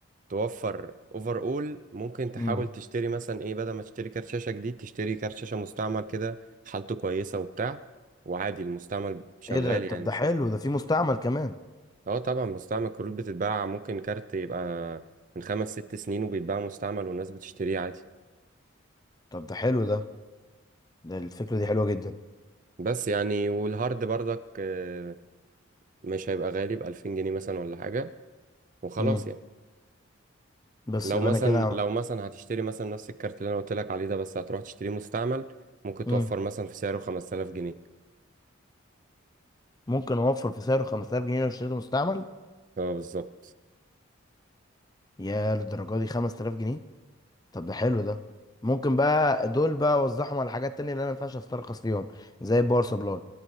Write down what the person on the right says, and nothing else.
توفر اوفر اول ممكن تحاول
تشتري مثلا ايه بدل ما تشتري كارت شاشة جديد تشتري كارت شاشة مستعمل كده حالته كويسة وبتاع وعادي المستعمل شغال
يعني
مش
مشكلة
اه طبعا مستعمل كروت بتتباع ممكن كارت يبقى من خمس ست سنين وبيتباع مستعمل والناس بتشتريه عادي
بس يعني والهارد برضك آه، مش هيبقى غالي بألفين جنيه مثلا ولا حاجة وخلاص
يعني
لو
مثلا
لو مثلا هتشتري مثلا نفس الكارت اللي انا قلت لك عليه ده بس هتروح تشتريه مستعمل ممكن
توفر مثلا في سعره 5000 جنيه
اه بالظبط